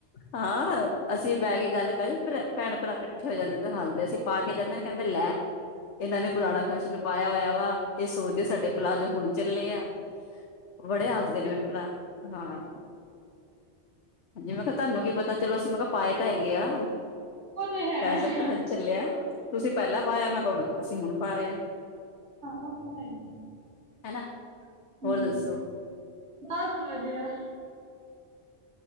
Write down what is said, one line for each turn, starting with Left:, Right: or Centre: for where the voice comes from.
Left: ਹਾਂਰ ਅਸੀਂ ਬਹਿ ਕੇ ਗੱਲ ਕਰ ਭੈਣ-ਭਰਾ ਇਕੱਠੇ ਹੋ ਜਾਂਦੇ ਤੇ ਹੱਸਦੇ ਸੀ ਅਸੀਂ ਪਾ ਕੇ ਜਾਂਦੇ ਨੇ ਕਹਿੰਦੇ ਲੈ ਇਨਾਂ ਨੇ ਪੁਰਾਣਾ ਫੈਸ਼ਨ ਪਾਇਆ ਹੋਇਆ ਵਾ। ਇਹ ਸੋਚਦੇ ਸਾਡੇ ਪਲਾਜ਼ੋ ਹੁਣ ਚੱਲੇ ਆ ਬੜੇ ਹਾਸਦੇ ਨੇ ਮੈਨੂੰ ਹਾਂ। ਹਾਂਜੀ ਮੈਂ ਕਿਹਾ ਤੁਹਾਨੂੰ ਕੀ ਪਤਾ, ਚਲੋ ਅਸੀਂ ਮੈਂ ਕਿਹਾ ਪਾਏ ਤਾਂ ਹੈਗੇ ਆ।
Right: ਉਹ ਤੇ ਹੈ
Left: ਫੈਸਨ
Right: ਹਾਂ
Left: ਤਾਂ ਹੁਣ ਚੱਲਿਆ। ਤੁਸੀਂ ਪਹਿਲਾਂ ਪਾਇਆ ਮੈਂ ਕਿਆ ਹੂਣ ਅਸੀਂ ਹੁਣ ਪਾ ਰਹੇ ਹਾਂ।
Right: ਹਾਂ ਔ ਤੇ ਹੈ ਈ,
Left: ਹਨਾ
Right: ਹੰਮ,
Left: ਹੋਰ ਦੱਸੋ
Right: ਬੱਸ ਵਧੀਆ।